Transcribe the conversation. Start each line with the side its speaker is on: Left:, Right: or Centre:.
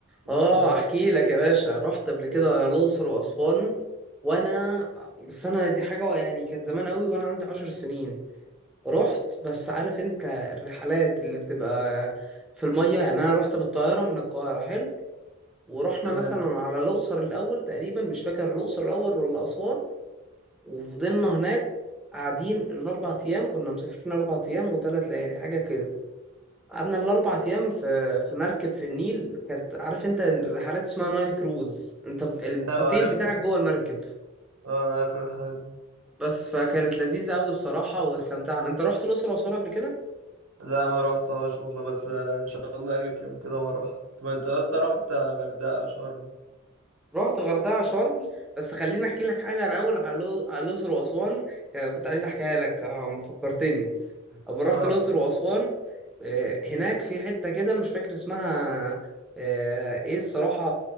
Right: رحتهم
Centre: اه
Right: ولا
Centre: احكي لك يا باشا رحت قبل كده الاقصر واسوان وانا بس انا دي حاجة يعني كانت زمان قوي وانا عندي عشر سنين رحت بس عارف انت الرحلات اللي بتبقى في المية يعني انا رحت بالطيارة من القاهرة حلو ورحنا
Right: تمام
Centre: مثلا على الأقصر الأول تقريبا مش فاكر الأقصر الأول ولا أسوان وفضلنا هناك قاعدين الأربع أيام كنا مسافرين أربع أيام وثلاث ليالي حاجة كده قعدنا الأربع أيام في في مركب في النيل كانت عارف أنت الرحلات اسمها نايل كروز أنت ب- الأوتيل
Right: أيوة عارفها
Centre: بتاعك
Right: عارف.
Centre: جوه المركب
Right: اه أنا عارف الرحلات دي
Centre: بس فكانت لذيذة أوي الصراحة واستمتعنا أنت رحت الأقصر وأسوان قبل كده؟
Right: لا ما روحتهاش والله بس ان شاء الله هجيب في يوم كده واروح طب انت يا اسطى رحت غردقه شرم
Centre: رحت غردقة شرم بس خليني أحكي لك حاجة الأول على الأقصر وأسوان كنت عايز أحكيها لك آه، فكرتني أما رحت
Right: اه
Centre: الأقصر وأسوان آه، هناك في حتة كده مش فاكر اسمها آه، إيه الصراحة